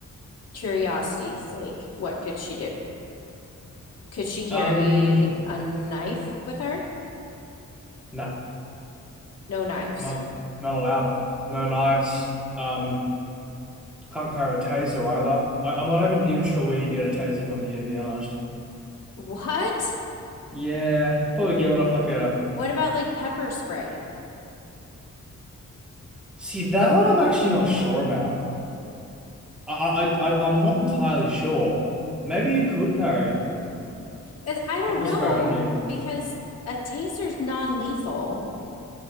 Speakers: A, on the left (about 55°); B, in the centre.
A: curiosity's sake, what could she do? Could she carry
B: Um,
A: a knife with her?
B: nah,
A: No knives.
B: not not allowed. No knives. Um, can't carry a taser either. I, I'm not even even sure where you get a taser from here, to be honest.
A: What?
B: Yeah, probably get one off like a.
A: What about like pepper spray?
B: See, that one I'm actually not sure about. I I, I I'm not entirely sure. Maybe you could carry
A: And I don't
B: pepper
A: know
B: spray on you.
A: because a taser's non-lethal.